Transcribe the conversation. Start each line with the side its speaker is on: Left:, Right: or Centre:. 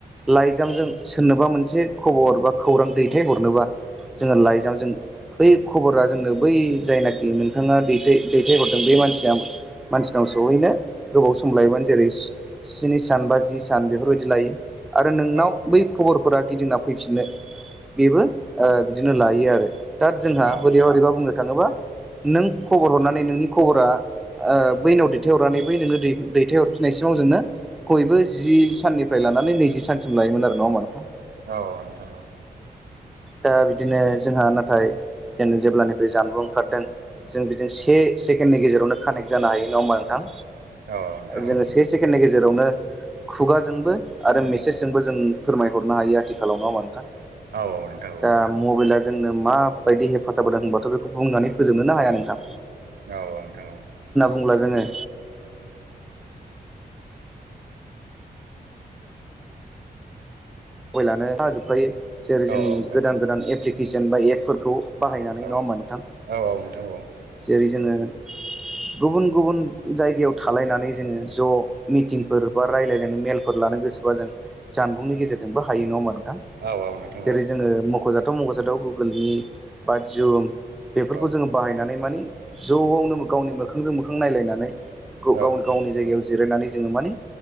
Centre: लाइजामजों सोरनोबा मोनसे खबर बा खौरां दैथायहरनोबा जोङो लाइजामजों
Right: औ
Centre: बै खबरा जोंनो बै जायनाखि नोंथाङा दैथाय दैथायहरदों बे मानसिया मानसि सिगाङाव सहैनो गोबाव सम लायोमोन जेरै स्नि सान बा जि सान बेफोरबायदि लायो आरो नोंनाव
Right: औ
Centre: बै खबरफोरा गिदिंना फैफिननो बेबो बिदिनो लायो आरो दा जोंहा
Right: औ
Centre: बोरैबा
Right: औ
Centre: बोरैबा बुंनो थाङोब्ला नों खबर हरनानै नोंनि खबरा
Right: औ
Centre: बैनाव दैथहरनानै फ्राय नोङनो दै दैथाय हरफिननायसिमाव जोंङनो बयबो जि साननिफ्राय लानानै नैजि सानसिम लायोमोन आरो नामानफा
Right: औ औ नोंथां।
Centre: दा बिदिनो जोंहा नाथाय जेन जेब्लानिफ्राय जानबुं ओंखारदों जों बिजों
Right: औ
Centre: से
Right: नोंथां
Centre: सेकेण्डनि गेजेरावनो कानेक्ट जानो हायो नङा होमबा नोंथां?
Right: औ औ नोंथां औ
Centre: जोङो से सेकेणडनि गेजेरावनो खुगाजोंबो आरो मेसेजजोंबो जों फोरमायहरनो हायो आथिखालाव नङा होनबा नोंथां?
Right: औ औ नोंथां
Centre: दा
Right: औ
Centre: मबाइला जोंनो माबायदि हेफाजाब होदों होनबाथ' बेखौ बुंनानै फोजोबनोनो हाया नोंथां।
Right: औ औ नोंथां
Centre: बुब्ला जोङो मबाइलानो जाजोबखायो जेरै जोंनि
Right: औ औ नोंथां
Centre: गोदान गोदान एप्लिकेसन बा एपफोरखौ बाहायनानै
Right: औ
Centre: नङा होमबा नोंथां
Right: औ नोंथां औ
Centre: जेरै जोङो गुबुन गुबुन जायगायाव थालायनानै जोङो ज' मिटिंफोर बा रायजलायनानै मेलफोर लानो गोसोबा जों जानबुंनि गेजेरजों जोंबो हायो नङा हा नोंथां
Right: औ औ नोंथां औ नोंथां औ
Centre: जेरै जोङो मख'जाथाव मख'जाथाव गुगोलनि बा जुम बेफोरखौ
Right: औ
Centre: जोङो बाहायनानै मानि ज'आवनो गावनि मोखांजों मोखां नायलायनानै गावनो
Right: औ नोंथां
Centre: गावनि जायगायाव जिरायनानै जोङो माने